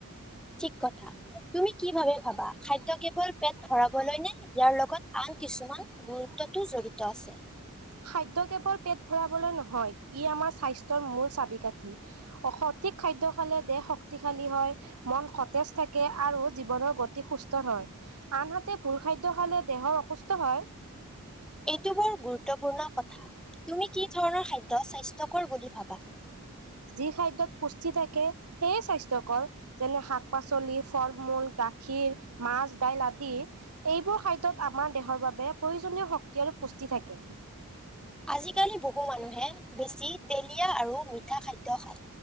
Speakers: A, in the centre; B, on the right.
A: ঠিক কথা। তুমি কি ভাবে ভাবা খাদ্য কেৱল পেট ভৰাবলৈ নে ইয়াৰ লগত আন কিছুমান গুৰুত্বতো জড়িত আছে।
B: খাদ্য কেৱল পেট ভৰাবলৈ নহয় ই আমাৰ স্বাস্থ্যৰ মূল চাবি-কাঠি। অ' সঠিক খাদ্য খালে দেহ শক্তিশালী হয়। মন সতেজ থাকে আৰু জীৱনৰ গতি সুস্থ হয়। আনহাতে ভুল খাদ্য খালে দেহৰ অসুস্থ হয়।
A: এইটো বৰ গুৰুত্বপূৰ্ণ কথা, তুমি কি ধৰণৰ খাদ্য স্বাস্থ্যকৰ বুলি ভাবা?
B: যি খাদ্যত পুষ্টি থাকে সেইয়ে স্বাস্থ্যকৰ। যেনে শাক-পাচলি, ফল-মূল, গাখীৰ, মাছ, দাইল আদি এইবোৰ খাদ্যত আমাৰ দেহৰ বাবে প্ৰয়োজনীয় শক্তি আৰু পুষ্টি থাকে।
A: আজিকালি বহু মানুহে বেছি তেলীয়া আৰু মিঠা খাদ্য খায়।